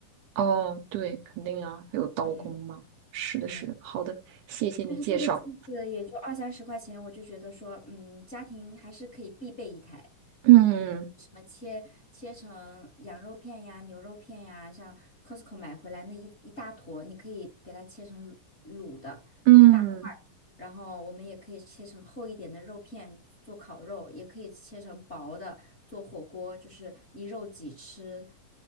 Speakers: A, on the right (about 75°); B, on the left (about 25°).
A: 哦，对，肯定啊，还有刀工吗？
B: 嗯，
A: 是的，
B: 对。
A: 是的，好的，谢谢你介绍。
B: 但是这个机子也就二三十块钱，我就觉得说，嗯，家庭还是可以必备一台。
A: 嗯
B: 你无论什么切切成羊肉片呀、牛肉片呀，像 Costco 买回来那一一大坨，你可以给它切成卤的大块儿然后我们也可以切成厚一点的肉片做烤肉，
A: 嗯
B: 也可以切成薄的做火锅，就是一肉几吃。